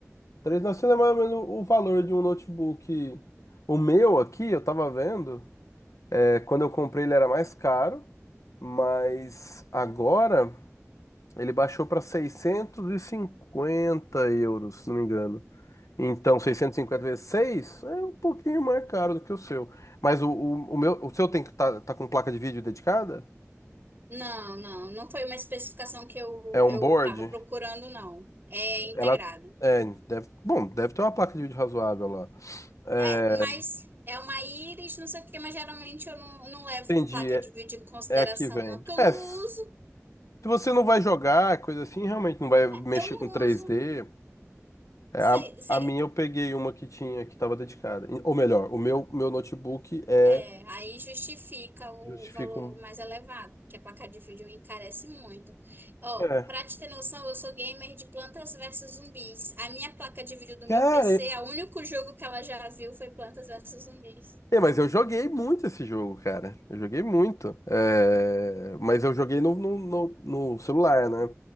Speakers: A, on the left (about 85°); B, on the right (about 45°).
A: três mil e novecentos é mais ou menos o valor de um notebook. O meu aqui, eu tava vendo, é, quando eu comprei ele era mais caro, mas agora... Ele baixou para 650 euros, se não me engano. Então, 650 vezes 6 é um pouquinho mais caro do que o seu. Mas o, o, o meu, o seu tem que tá, tá com placa de vídeo dedicada?
B: Não, não, não foi uma especificação que eu
A: É um
B: eu
A: board?
B: estava procurando, não. É integrada.
A: Ela é, deve, bom, deve ter uma placa de vídeo razoável lá. É,
B: É, mas é uma íris, não sei o quê, mas geralmente eu não, não levo
A: entendi,
B: placa
A: é,
B: de vídeo em consideração,
A: é aqui vem.
B: não, porque eu
A: É,
B: não uso,
A: se você não vai jogar, coisa assim, realmente não vai mexer
B: eu não
A: com 3D.
B: uso.
A: É, a,
B: Cê- cê-
A: a minha eu peguei uma que tinha que estava dedicada. Ou melhor, o meu, meu notebook é
B: é, aí justifica o
A: Justificam.
B: valor mais elevado, que a placa de vídeo encarece muito. Ó,
A: É.
B: pra te ter noção, eu sou gamer de Plantas versus Zumbis. A minha placa de vídeo do
A: Cara,
B: meu PC, o único jogo que ela já viu foi Plantas versus Zumbis.
A: é, mas eu joguei muito esse jogo, cara. Eu joguei muito. É, Mas eu joguei no, no, no- no celular, né?